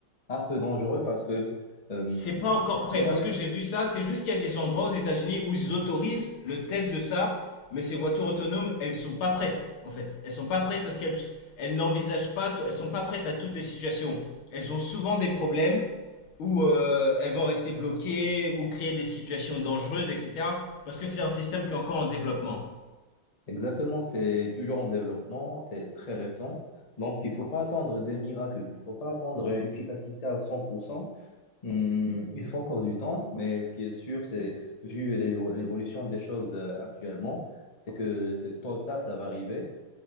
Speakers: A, on the left; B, on the left.
A: un peu dangereux parce que hum,
B: C'est pas encore
A: c'est
B: prêt
A: c'est quand
B: parce
A: même,
B: que j'ai vu ça. C'est juste qu'il y a des endroits aux États-Unis où ils autorisent le test de ça, mais ces voitures autonomes, elles sont pas prêtes en fait. Elles sont pas prêtes parce qu'elles elles n'envisagent pas, tout- elles sont pas prêtes à toutes les situations. Elles ont souvent des problèmes où euh, elles vont rester bloquées ou créer des situations dangereuses, etc. Parce que c'est un système qui est encore en développement.
A: exactement, c'est toujours en développement, c'est très récent. Donc, il ne faut pas attendre des miracles, il ne faut pas attendre une efficacité à 100%. Hmm, il faut encore du temps, mais ce qui est sûr, c'est, vu l'évo- l'évolution des choses euh, actuellement, c'est que c'est tôt ou tard, ça va arriver